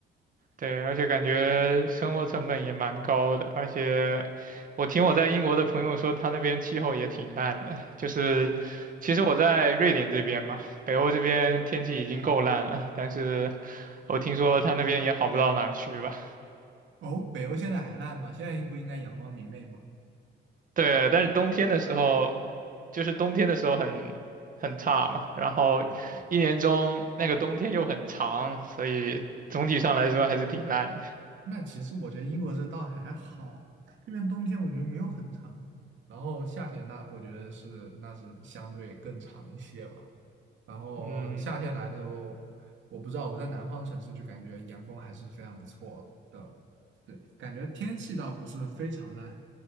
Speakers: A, on the right; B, on the right.
A: 对，而且感觉生活成本也蛮高的，而且我听我在英国的朋友说，他那边气候也挺烂的。就是其实我在瑞典这边嘛，北欧这边天气已经够烂了，但是我听说他那边也好不到哪儿去吧。
B: 哦，北欧现在还烂吗？现在不应该阳光明媚吗？
A: 对，但是冬天的时候，就是冬天的时候很很差嘛，然后一年中那个冬天又很长，
B: 嗯嗯，
A: 所以总体上来说还是挺烂的。
B: 那其实我觉得英国这倒还好，这边冬天我觉得没有很长，然后夏天那我觉得是那是相对更长一些吧。然后夏天来的时候，
A: 嗯，
B: 我不知道我在南方城市就感觉阳光还是非常不错的，对，感觉天气倒不是非常烂，